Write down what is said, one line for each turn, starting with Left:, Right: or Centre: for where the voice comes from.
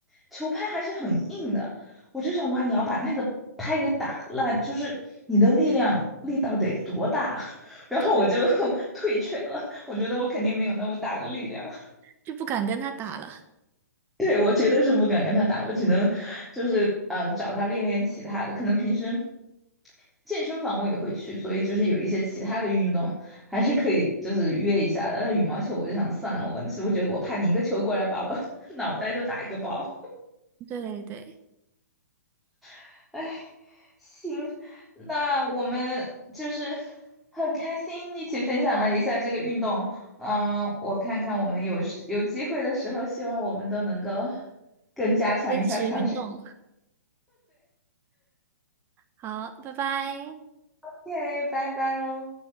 Centre: 球拍还是很硬的，我就想哇，你要把那个拍给打烂，就是你的力量力道得多大，<laughs> 然后我就
Right: 对，
Centre: <laughs> 退却了，我觉得我肯定没有那么大的力量。
Right: 就不敢跟他打了。
Centre: <laughs> 对，我绝对是不敢跟他打，我只能就是呃找他练练其他的，可能平时健身房我也会去，所以就是有一些其他的运动还是可以就是约一下的。但羽毛球我就想算了，我我觉得我怕你一个球过来把我 <laughs> 脑袋就打一个包。
Right: <laughs> 对对，
Centre: <laughs> 哎，行，那我们就是很开心一起分享了一下这个运动。嗯，我看看我们有时有机会的时候，希望我们都能够更加强一下强身。
Right: 坚持运动，好，拜拜。
Centre: OK，拜拜喽。